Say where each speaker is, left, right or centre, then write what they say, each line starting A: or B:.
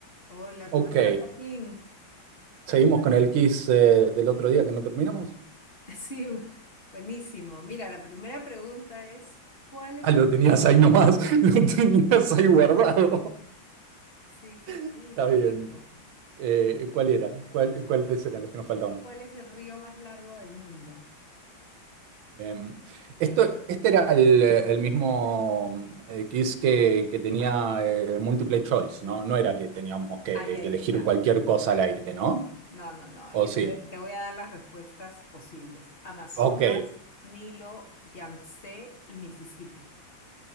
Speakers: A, on the left; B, on the right.
A: Hola,
B: Ok,
A: ¿cómo estás, Joaquín? ¿Qué
B: seguimos
A: tal?
B: con el quiz eh, del otro día que no terminamos.
A: <laughs> Sí, bu- buenísimo. Mira, la primera pregunta es, ¿cuál es
B: Ah,
A: el
B: lo tenías
A: río?
B: ahí nomás, <laughs> lo tenías ahí guardado.
A: Sí, sí, sí,
B: <laughs> Está
A: lo tengo.
B: bien. Eh, ¿cuál era? ¿Cuál- cuáles eran los que nos faltaban?
A: ¿Cuál es el río más largo del mundo?
B: Em, esto, este era el, el mismo eh, quiz que, que tenía eh, multiple choice, ¿no? No era que teníamos que,
A: Ay, ay,
B: que elegir
A: ay, ay.
B: cualquier cosa al aire, ¿no?
A: No, no, no.
B: ¿O
A: Yo
B: sí?
A: te, te voy a dar las respuestas posibles. Amazonas,
B: Ok,
A: Nilo, Yangtze y Mississippi.